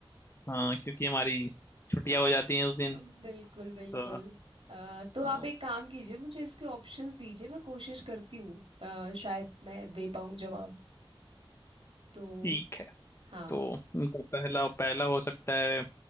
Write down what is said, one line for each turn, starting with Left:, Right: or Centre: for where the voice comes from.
Left: हाँ क्योंकि हमारी
Right: <laughs>
Left: छुट्टियां
Right: <laughs>
Left: हो जाती हैं उस दिन
Right: बिल्कुल बिल्कुल
Left: तो
Right: अ, तो
Left: हाँ,
Right: आप एक काम कीजिए मुझे इसके ऑप्शंस दीजिए मैं कोशिश करती हूँ अ, शायद मैं दे पाऊँ जवाब तो
Left: ठीक है
Right: हाँ
Left: तो उनका पहला पहला हो सकता है